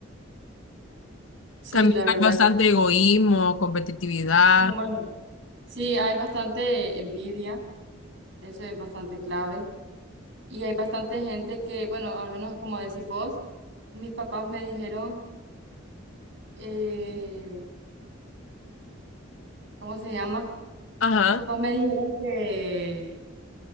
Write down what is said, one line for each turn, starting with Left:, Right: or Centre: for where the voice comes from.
Right: Sí,
Left: También
Right: la verdad
Left: hay bastante
Right: que,
Left: egoísmo, competitividad,
Right: como, bueno, sí, hay bastante envidia, eso es bastante clave. Y hay bastante gente que, bueno, al menos como decís vos, mis papás me dijeron, eh, ¿cómo se llama?
Left: Ajá.
Right: Mis papás me dijeron que,